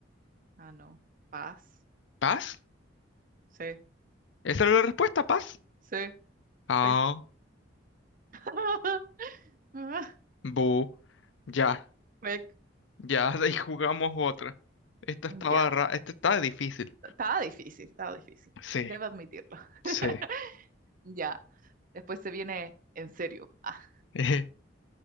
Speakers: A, on the right; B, on the left.
A: Ah, no. Paz.
B: paz?
A: Sí,
B: ¿Esa era la respuesta, paz?
A: sí,
B: Ah,
A: sí. <laughs> Ah,
B: bu, ya,
A: fue-
B: ya, <laughs> de ahí jugamos otra. Esta estaba
A: Ya.
B: ra- esta está difícil.
A: Estaba difícil, estaba difícil.
B: Sí,
A: Debo admitirlo.
B: sí.
A: <laughs> Ya. Después se viene en serio. Ah,
B: <laughs>